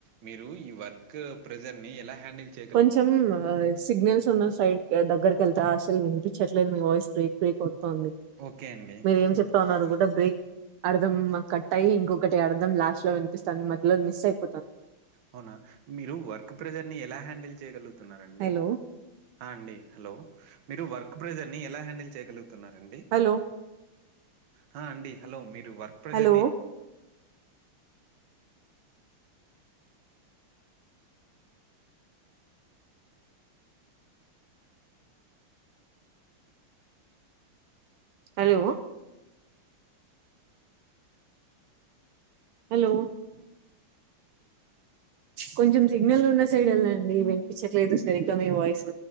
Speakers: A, on the right; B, on the right.
A: మీరు ఈ వర్క్ ప్రెజర్ ని ఎలా! హ్యాండిల్ చేయగలుగుతున్నారు?
B: కొంచెం. ఆ సిగ్నల్స్ ఉన్న సైడ్ దగ్గరకి వెళ్ తా అసలు విపించట్లేదు. మీ వాయిస్ బ్రేక్ బ్రేక్ అవుతు తుంది.
A: ఓకే అండి.
B: మీరు ఏం
A: ఇప్
B: చెప్తా ఉన్నారు కూడా బ్రేక్ అర్ధం కట్టాయి. ఇంకొకటి అర్ధం లాస్ట్ లో వినిపిస్తంది. మధ్యలో మిస్ అయిప్
A: అవునా మీరు వర్క్ ప్రెజర్ ని ఎలా! హ్యాండ్, ళ్ చేయగాల్ తున్నారండి.
B: హలో!
A: ఆ అండి హలో! మీరు వర్క్ ప్రెజర్ ని ఎలా హ్యాండిల్ చేయగలుగ్ తున్నారండి.
B: హలో!
A: హా అండి హలో మీర్ వర్క్ ప్రజర్
B: హలో!
A: ని
B: హలో! హలో! కొంచెం సిగ్నల్ ఉన్న సైడ్ వెళ్దండి. వినిపించట్లేదు సరిగ్గా మీ వాయిస్